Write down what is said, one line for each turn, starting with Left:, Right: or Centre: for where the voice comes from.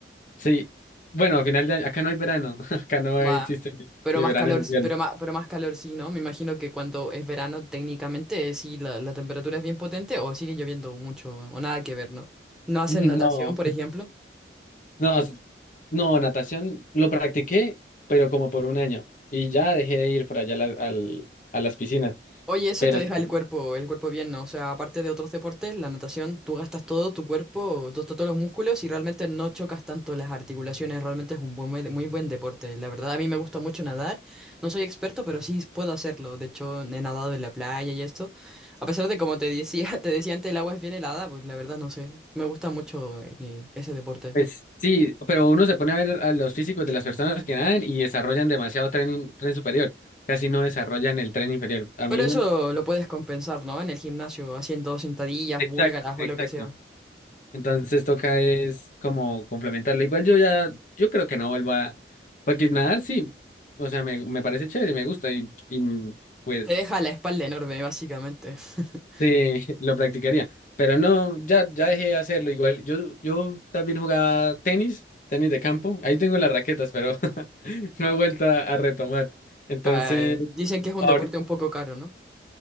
Left: sí, bueno, al final de año, acá no hay verano, <laughs> acá no
Centre: Va.
Left: existe ni
Centre: Pero
Left: ni
Centre: más
Left: verano
Centre: calor,
Left: ni invierno.
Centre: pero más, pero más calor sí, ¿no? Me imagino que cuando es verano, técnicamente, eh, sí, la, la temperatura es bien potente o sigue lloviendo mucho o nada que ver, ¿no? ¿No
Left: <laughs>
Centre: hacen
Left: No.
Centre: natación, por ejemplo?
Left: No, s- no, natación lo practiqué, pero como por un año. Y ya dejé de ir por allá a, la- al- a las piscinas.
Centre: Oye, eso
Left: Pero
Centre: te deja
Left: sí,
Centre: el cuerpo, el cuerpo bien, ¿no? O sea, aparte de otros deportes, la natación, tú gastas todo tu cuerpo, to- to- todos los músculos y realmente no chocas tanto las articulaciones, realmente es un buen, muy muy buen deporte. La verdad, a mí me gusta mucho nadar, no soy experto, pero sí puedo hacerlo. De hecho, he nadado en la playa y esto. A pesar de como te decía, <laughs> te decía antes, el agua es bien helada, pues la verdad no sé. Me gusta mucho eh, ese deporte.
Left: pues sí, pero uno se pone a ver a los físicos de las personas que nadan y desarrollan demasiado tren, in- tren superior. Casi no desarrollan el tren inferior. A
Centre: Pero
Left: mí.
Centre: eso
Left: me-
Centre: lo puedes compensar, ¿no? En el gimnasio, haciendo sentadillas,
Left: Exacto,
Centre: búlgaras
Left: exacto.
Centre: o lo que sea.
Left: Entonces toca es como complementarlo. Igual yo ya, yo creo que no vuelva a... Porque nadar sí, o sea, me, me parece chévere, me gusta y, y pues.
Centre: Te deja la espalda enorme, básicamente. <laughs>
Left: Sí, <laughs> lo practicaría. Pero no, ya, ya dejé de hacerlo. Igual, yo, yo también jugaba tenis, tenis de campo. Ahí tengo las raquetas, pero <laughs> no he vuelto a, a retomar. Entonces,
Centre: Ah, dicen que es un
Left: ahorita,
Centre: deporte un poco caro, ¿no?